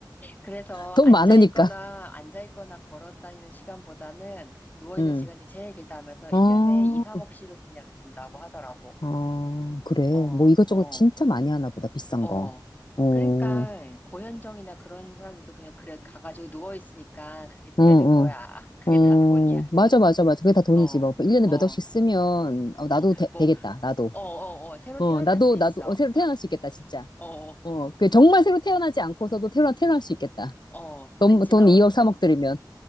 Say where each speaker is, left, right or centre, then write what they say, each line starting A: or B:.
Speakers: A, on the left; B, on the left.
A: 그래서
B: 돈
A: 앉아
B: 많으니까.
A: 있거나 앉아 있거나 걸어 다니는 시간보다는 누워
B: 응.
A: 있는 시간이 제일 길다 하면서
B: 어,
A: 1년에 2, 3억씩은 그냥 든다고 하더라고.
B: 아 그래.
A: 어,
B: 뭐 이것저것
A: 어,
B: 진짜 많이 하나 보다, 비싼
A: 어.
B: 거. 어,
A: 그러니까
B: 어,
A: 고현정이나 그런 사람들도 그냥 그래 가가지고 누워 있으니까 그렇게
B: 어,
A: 되는
B: 어.
A: 거야. <laughs> 그게
B: 어,
A: 다 돈이야,
B: 맞아,
A: 돈.
B: 맞아, 맞아. 그게 다 돈이지.
A: 어,
B: 뭐, 1년에
A: 어,
B: 몇 억씩 쓰면, 어, 나도
A: 어.
B: 되,
A: 뭐,
B: 되겠다, 나도.
A: 어, 어, 어. 새로
B: 어,
A: 태어날
B: 나도,
A: 수 있어.
B: 나도, 어, 새로 태어날 수 있겠다, 진짜.
A: 어,
B: 어, 그 정말 새로 태어나지 않고서도 태어나, 태어날 수 있겠다.
A: 어,
B: 돈,
A: 그치만
B: 돈 2억, 3억 들이면.